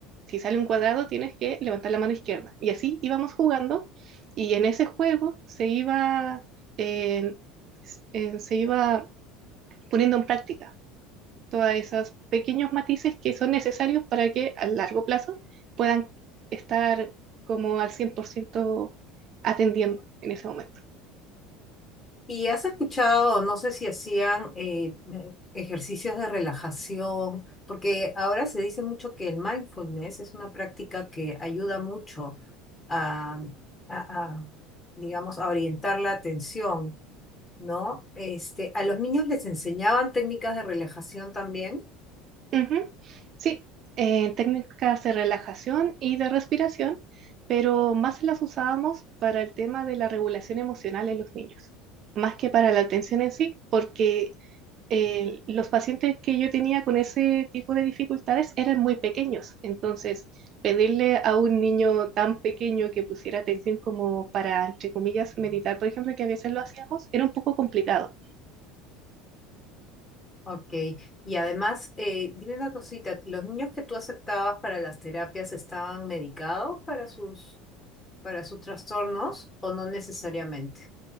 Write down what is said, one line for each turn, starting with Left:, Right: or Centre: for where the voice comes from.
Right: Si sale un cuadrado tienes que levantar la mano izquierda. Y así íbamos jugando y en ese juego se iba, eh, eh, se iba poniendo en práctica todos esos pequeños matices que son necesarios para que a largo plazo puedan estar como al 100% atendiendo en ese momento.
Left: Y has escuchado, no sé si hacían eh, ejercicios de relajación, porque ahora se dice mucho que el mindfulness es una práctica que ayuda mucho a, a- a, digamos, a orientar la atención, ¿no? Este, a los niños les enseñaban técnicas de relajación también.
Right: Ujú. Sí, eh, técnicas de relajación y de respiración, pero más las usábamos para el tema de la regulación emocional en los niños, más que para la atención en sí, porque eh, los pacientes que yo tenía con ese tipo de dificultades eran muy pequeños, entonces pedirle a un niño tan pequeño que pusiera atención como para, entre comillas, meditar, por ejemplo, que a veces lo hacíamos, era un poco complicado.
Left: Ok, y además, eh, dime una cosita, ¿los niños que tú aceptabas para las terapias estaban medicados para sus, para sus trastornos o no necesariamente?